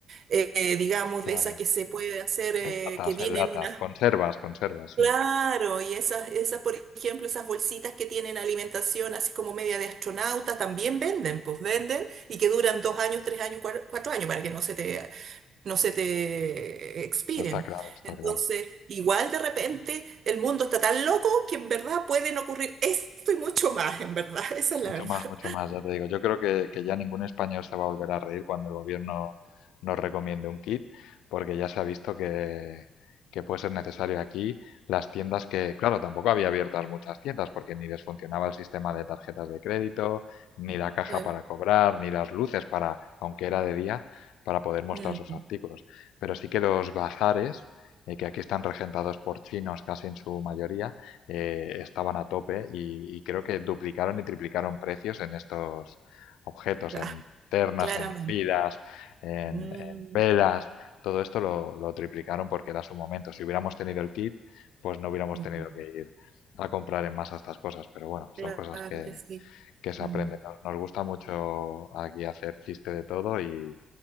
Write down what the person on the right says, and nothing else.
eh, eh, digamos,
de esas que se puede hacer, eh,
que vienen
unas...
Claro, y esas, esas, por ejemplo, esas bolsitas que tienen alimentación así como media de astronauta, también venden, pues venden y que duran dos años, tres años, cuar- cuatro, años para que no se te no se te eh, expiren.
Entonces,
igual de repente el mundo está tan loco que en verdad pueden ocurrir esto y mucho más, en verdad. <laughs> Esa es
la verdad.
Claro.
Mm,
ah,
claramente.
Mm,
mm,
claro
que sí.
Mm,